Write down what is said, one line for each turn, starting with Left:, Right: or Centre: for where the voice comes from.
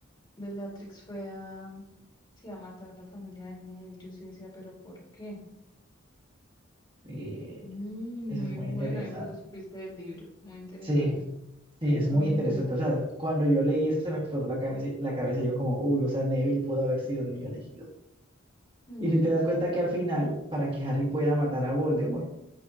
Left: Bellatrix fue a, sí, a matar a la familia de Neville. Yo sí decía, pero ¿por qué?
Right: Sí,
Left: Mm,
Right: eso
Left: muy
Right: es muy
Left: buena,
Right: interesante.
Left: esa lo supiste del libro. Muy interesante.
Right: Sí, sí, es muy
Left: Ay, no.
Right: interesante. O sea, cuando yo leí eso se me explotó la cabeza, la cabeza yo como, uy, o sea, Neville pudo haber sido el niño elegido.
Left: Mm,
Right: Y si te das cuenta que al final, para que Harry pueda matar a Voldemort,